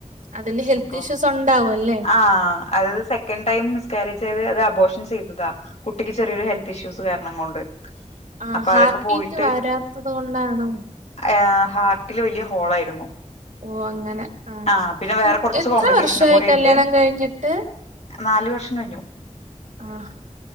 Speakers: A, on the right; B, on the left.
A: അതിന്റെ ഹെൽത്ത്
B: അപ്പൊ
A: ഇഷ്യൂസ് ഉണ്ടാവും അല്ലേ
B: ആഹ് അത് സെക്കൻഡ് ടൈം മിസ് കാര്യേജ് ചെയ്ത് അത് അബോർഷൻ ചെയ്തതാ കുട്ടിക്ക് ചെറിയൊരു ഹെൽ ത്ത് ഇഷ്യൂസ് കാരണം കൊണ്ട്
A: ആഹ്
B: അപ്പൊ
A: ഹാർട്ട്
B: അതൊക്കെ പോയിട്ട്
A: ബീറ്റ് വരാത്തത് കൊണ്ടാണോ?
B: അ <unintelligible> ഹാർട്ടില് വലിയ ഹോളായിരുന്നു
A: ഓഹ് അങ്ങനെ ആഹ്
B: ആ പിന്നെ വേറെ കുറച്ച്
A: എത്ര
B: കോംപ്ലിക്കേഷനും
A: വർഷായി
B: കൂടി
A: കല്യാണം
B: ഉണ്ട്
A: കഴിഞ്ഞിട്ട്
B: നാല് വർഷം കഴിഞ്ഞു
A: ആഹ്